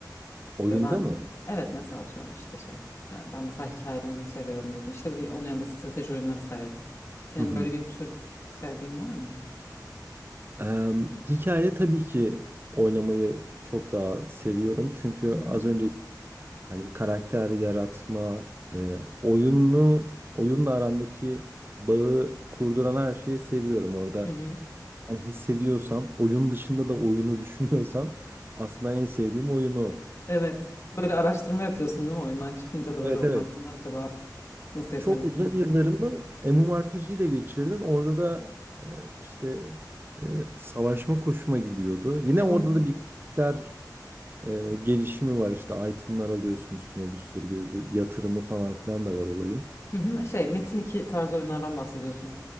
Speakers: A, on the right (about 30°); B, on the left (about 40°).
A: oyunda
B: Böyle ben
A: mı?
B: evet mesela atıyorum işte şey. Yani ben mesela hikayeli oyunu seviyorum dedim. İşte bir, onun yanında strateji oyunları severim. Senin
A: Hı hı.
B: böyle bir tür sevdiğin var mı?
A: Em, hikaye tabii ki oynamayı çok daha seviyorum. Çünkü
B: Hı
A: az
B: hı.
A: önce hani karakter yaratma, e, oyunu, oyunla arandaki bağı kurduran her şeyi seviyorum orada.
B: Hı hı.
A: ben hissediyorsam, oyun dışında da oyunu <laughs> düşünüyorsam aslında en sevdiğim oyunu.
B: Evet. Böyle araştırma yapıyorsun değil mi? Oyundan çıkınca da böyle
A: Evet
B: onun
A: evet.
B: hakkında acaba nasıl yaparım
A: Çok uzun
B: falan.
A: yıllarımı MMORPG ile geçirdim. Orada da e, işte e, savaşma koşuma gidiyordu. Yine
B: E
A: orada
B: ben-
A: da bir karakter e, gelişimi var. İşte itemlar alıyorsun üstüne bir sürü bir, bir yatırımı falan filan da var olayın.
B: hı hı, şey Metin iki tarzı oyunlardan bahsediyorsun.